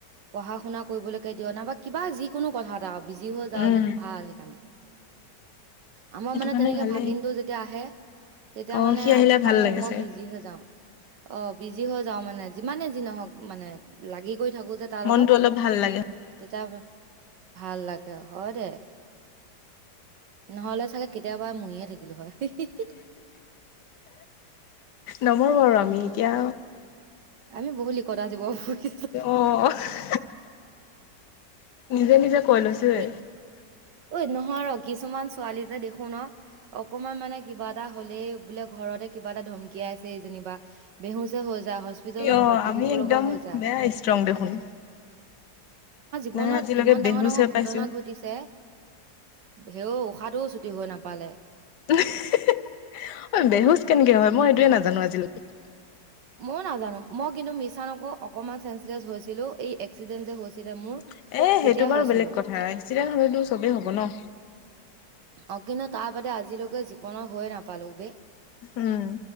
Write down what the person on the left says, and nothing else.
উম
সেইটো
কাৰণে
ভালেই
অ
সি আহিলে ভাল
লাগে
চাগে
মনটো অলপ ভাল লাগে
নমৰো আৰু আমি
এতিয়া
অ <unintelligible> নিজে নিজে কৈ লৈছোয়ে
অ
আমি
একদম
বেয়া ষ্ট্ৰং দেখোন
নাই আজিলৈকে
বেহুচ হৈ পাইছো
উ <unintelligible> অ, বেহুজ কেনেকে হয়? মই
এইটোৱে নাজানো আজিলৈকে।
এ
সেইটো বাৰু
বেলেগ কথা
এক্সিডেণ্ট হলেতো চবেই হ'ব ন।
উম